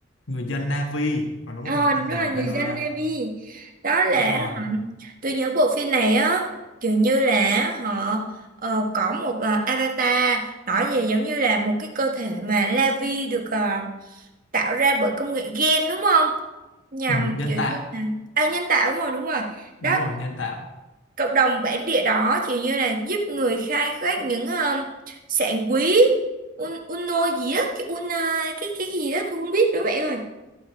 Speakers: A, on the left; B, on the right.
A: người dân Navi còn đúng rồi
B: Ờ,
A: hành
B: đó
A: tinh là
B: là người
A: Pandora
B: dân Navy đó là
A: đúng rồi
B: hả, tôi nhớ bộ phim này á kiểu như là họ ờ, có một ờ, avatar nói về giống như là một cái cơ thể mà Navy được ờ, tạo ra bởi công nghệ gen đúng không nhằm
A: ừ, nhân
B: kiểu
A: tạo
B: như là à, nhân tạo đúng rồi đúng rồi
A: đúng
B: đó
A: rồi nhân tạo
B: cộng đồng bản địa đó kiểu như là giúp người khai thác những um, sản quý un, uno gì á cái una cái cái gì đó tôi không biết nữa bạn ơi